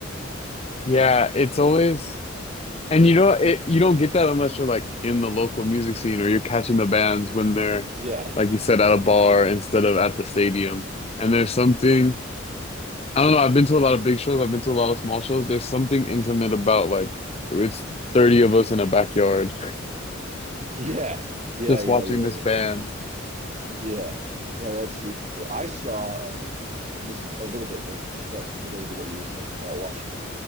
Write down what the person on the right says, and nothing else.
yeah
yeah
yeah
yeah yeah
yeah
yeah Yeah. No, that's super cool. I saw um this is a little bit random, but related to what you were saying about watching